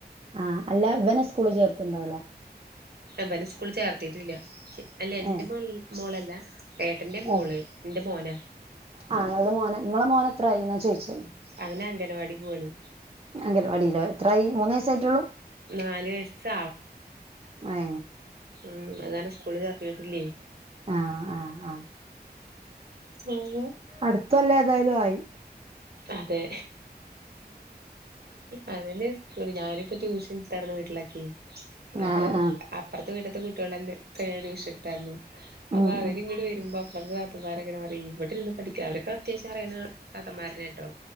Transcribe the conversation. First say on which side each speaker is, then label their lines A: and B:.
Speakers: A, on the right; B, on the right.
A: ആ അല്ലവനെ സ്കൂളില് ചേർത്ണ്ടാവ് ലാ
B: ബനെ സ്കൂളി ചേർത്തിട്ടില്ല അല്ല ന്റെ
A: ഏഹ്
B: മോള് മോളല്ല ഏട്ടന്റെ മോള്
A: ഏഹ്
B: ന്റെ മോനാ
A: ആ ഇങ്ങള്ത് മോന ഇങ്ങളെ മോനെത്ര ആയിന്നാ ചോയിച്ചേ
B: അവന് അംഗനവാടി പോവാണ്
A: അങ്കനവാടിലോ എത്രായി മൂന്ന് വയസായിട്ടൊള്ളൂ
B: നാല് വയസ്സ്
A: ഏ
B: മഉം അതാനെ സ്കൂളിചേർത്തിട്ടില്ലേ
A: ആഹ് ആഹ്
B: ഉം
A: അട്ത്തൊല്ലേ തായാലും ആയി
B: അതെ അതെന്നെ സോറിഞാനിപ്പോ ട്യൂഷൻ എടുത്താർന്നു വീട്ടിലൊക്കെ അപ്പൊ
A: ആഹ് ആഹ്
B: അപ്പർത്തെ വീട് ത്തെ കുട്ട്യോളന്നെ പ്പ ഞാൻ ട്യൂഷൻ എടുത്തായിരുന്നു അപ്പൊ
A: ഉം
B: അവരിഇങ്ങ്
A: ഉം
B: വരുമ്പോ വിടെ ഉള്ള നാത്തൂൻമാർ ങ്ങനെ പറയേ ഇവിടെള്ളെ പഠിക്ക് അവരൊക്ക അത്യാവശ്യം അറിണ താത്ത മാരെന്നെ ആണ് ട്ടോ